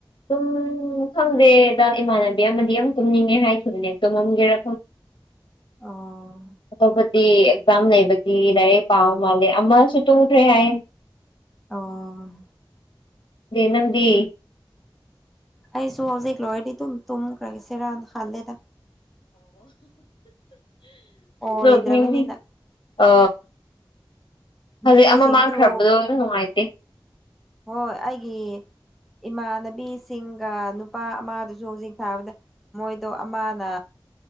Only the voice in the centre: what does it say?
ꯑꯣ
ꯑꯣ
ꯑꯩꯁꯨ ꯍꯧꯖꯤꯛ ꯂꯣꯏꯔꯗꯤ ꯑꯗꯨꯝ ꯇꯨꯝꯈ꯭ꯔꯒꯦꯁꯤꯔꯅ ꯍꯥꯜꯂꯦꯗ ꯑꯣꯏꯗ꯭ꯔꯕꯅꯤꯅ
ꯃꯤꯁꯤꯡꯗꯨ
ꯍꯣꯏ ꯑꯩꯒꯤ ꯏꯃꯥꯟꯅꯕꯤꯁꯤꯡꯒ ꯅꯨꯄꯥ ꯑꯃꯗꯨꯁꯨ ꯍꯧꯖꯤꯛ ꯊꯥꯕꯗ ꯃꯣꯏꯗꯣ ꯑꯃꯅ